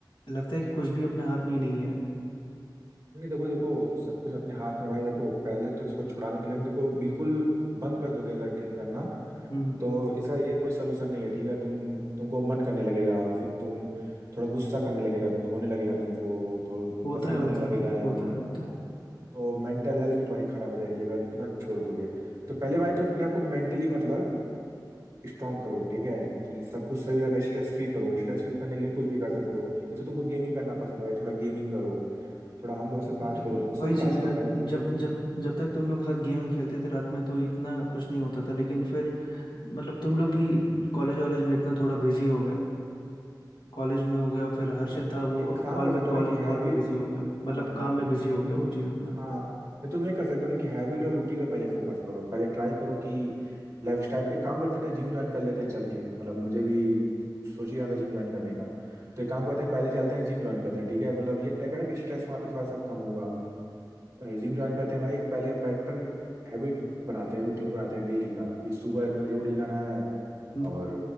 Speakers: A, on the left; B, on the right.
A: लगता है कि कुछ भी अपने हाथ में ही नहीं है
B: नहीं देखो देखो सब कुछ अपने हाथ में भाई देखो पहले तो इसको छुड़ाने के लिए ना देखो बिल्कुल बंद कर दोगे अगर ड्रिंक करना
A: हम्म
B: तो इसका ये कोई सलूशन नहीं है ठीक है तुम तुमको मन करने लगेगा फिर तुम थोड़ा गुस्सा करने लगेगा होने लगेगा तुमको तो
A: होता
B: पसीना
A: है होता
B: आने लगेगा
A: है भाई होता है होता
B: हाँ
A: है
B: तो मेंटल हेल्थ भी तुम्हारी खराब हो जाएगी अगर तुरंत छोड़ दोगे तो पहले भाई
A: हम्म,
B: तो अपने आप को मेंटली मतलब स्ट्रॉन्ग करो ठीक है कि सब कुछ सही हो जाएगा स्ट्रेस फ्री करो स्ट्रेस फ्री करने के लिए कुछ भी कर सकते हो जैसे तुमको गेमिंग करना पसंद है भाई थोड़ा गेमिंग करो थोड़ा हम लोगों से बात
A: अरे
B: करो
A: ये-
B: मुझसे
A: वही
B: ही
A: चीज़
B: बात
A: है
B: करो
A: यार
B: भाई मुझे
A: जब
B: को
A: जब जब तक तुम लोग के साथ गेम खेलते थे रात में तो इतना कुछ नहीं होता था लेकिन फिर मतलब तुम लोग भी कॉलेज वॉलेज में इतना थोड़ा बिजी हो गए कॉलेज में हो गया
B: नहीं
A: फिर हर्षित
B: तो तुम
A: था वो
B: एक काम
A: कॉल
B: कर
A: में
B: सकते हो
A: कॉल
B: ना कि हैबिट
A: कॉल में बिजी
B: हाँ
A: हो गया मतलब
B: हाँ
A: काम
B: हाँ
A: में बिजी हो गया
B: तुम
A: वो चीज़ अपना
B: हाँ हाँ। नहीं तुम ये कर सकते हो ना कि हैबिट और रूटीन पे पहले फोकस करो पहले ट्राई करो कि लाइफस्टाइल एक काम करते हैं ना जिम ज्वाइन कर लेते हैं चल के मतलब मुझे भी सोच ही रहा था जिम ज्वाइन करने का तो एक काम करते हैं पहले चलते हैं जिम ज्वाइन करते हैं ठीक है मतलब ये रहेगा ना कि स्ट्रेस वहाँ पे थोड़ा सा कम होगा जिम ज्वाइन करते हैं भाई एक पहले बेटर हैबिट बनाते हैं रूटीन बनाते हैं डेली का कि सुबह इतने बजे उठ जाना है
A: हम्म,
B: और